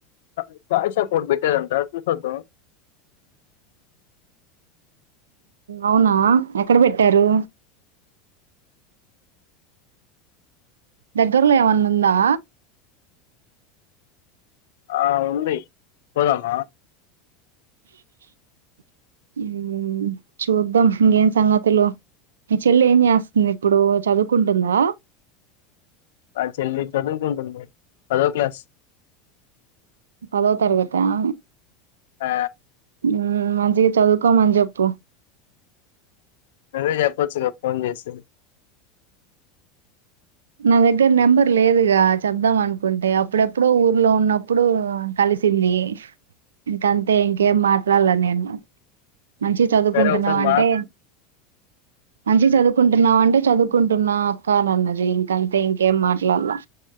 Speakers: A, on the left; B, on the right.
A: అక్కడ చాయ్ షాప్ ఒకటి పెట్టారంట చూసొద్దాం
B: అవునా ఎక్కడ పెట్టారు దగ్గర్లో ఏమన్నా ఉందా
A: ఆ ఉంది పోదామ
B: <inaudible> ఉమ్ చూద్దాం ఇంకేం సంగతులు మీ చెల్లి ఏం చేస్తుంది ఇప్పుడు చదువుకుంటుందా
A: మా చెల్లి చదువుకుంటుంది పదో క్లాస్
B: పదొ తరగతి ఆ
A: ఆ
B: ఉమ్ మంచిగ చదువుకోమని చెప్పు
A: నువ్వే చెప్పొచ్చుగా ఫోన్ చేసి
B: నా దగ్గర నెంబర్ లేదుగా చెప్దాం అనుకుంటే అప్పుడెప్పుడో ఊర్లో ఉన్నప్పుడు కలిసింది ఇంక అంతే ఇంకేం మాట్లాడల నేను మంచిగ చదువుకుంటున్నాం
A: సరే ఒకసారి
B: అంటే
A: మా
B: మంచిగా చదువుకుంటున్నావు అంటే చదువుకుంటున్నా అక్క అని అన్నది ఇంక అంతే ఇంకేం మాట్లాడలా